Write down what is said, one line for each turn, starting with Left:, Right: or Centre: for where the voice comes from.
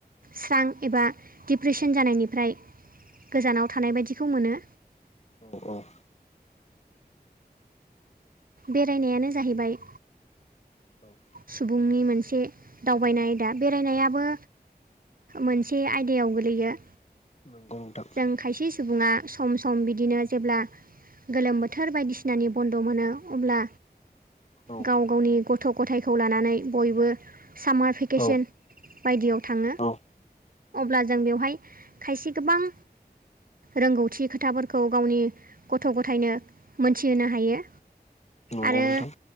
Right: स्रां एबा डिप्रेसन जानायनिफ्राय गोजानाव थानाय बायदिखौ मोनो
Left: औ औ
Right: बेरायनायानो जाहैबाय
Left: औ
Right: सुबुंनि मोनसे दावबायनाय आयदा बेरायनायाबो मोनसे आयदा दैयाव गोलैयो
Left: औ नोंथां
Right: जों खायसे सुबुङा सम सम बिदिनो जेब्ला गोलोम बोथोर बायदिसिनानि बन्द' मोनो अब्ला
Left: औ
Right: गाव गावनि गथ' गथायखौ लानानै बयबो सामार भेकेशन
Left: औ
Right: बायदियाव थाङो
Left: औ
Right: अब्ला जों बेवहाय खायसे गोबां रोंगौथि खोथाफोरखौ गावनि गथ' गथायनो मोनथिहोनो हायो
Left: नंगौ
Right: आरो
Left: नोंथां